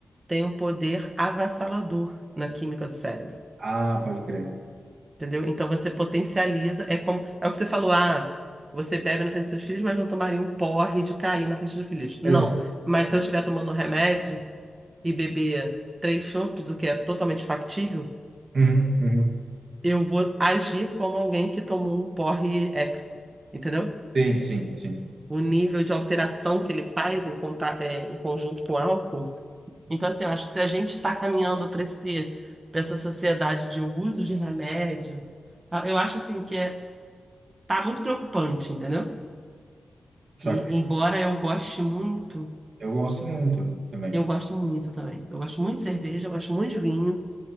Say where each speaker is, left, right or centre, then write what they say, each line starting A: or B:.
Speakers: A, on the right; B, on the right.
A: tem um poder avassalador na química do cérebro.
B: Ah, pode crer.
A: Entendeu? Então você potencializa. É como. É o que você falou, ah, você bebe na frente dos seus filhos, mas não tomaria um porre de cair na frente dos filhos. Não.
B: Exato.
A: Mas se eu estiver tomando um remédio e beber três chopes, o que é totalmente factível.
B: Uhum, uhum.
A: eu vou agir como alguém que tomou um porre épico, entendeu?
B: Sim, sim, sim.
A: O nível de alteração que ele faz em, conta- é, em conjunto com o álcool. Então, assim, eu acho que se a gente está caminhando para esse, para essa sociedade de uso de remédio, tá? eu acho assim que é- tá muito preocupante, entendeu?
B: Só
A: E, embora eu goste muito,
B: Eu gosto muito também.
A: eu gosto muito também. Eu gosto muito de cerveja, eu gosto muito de vinho.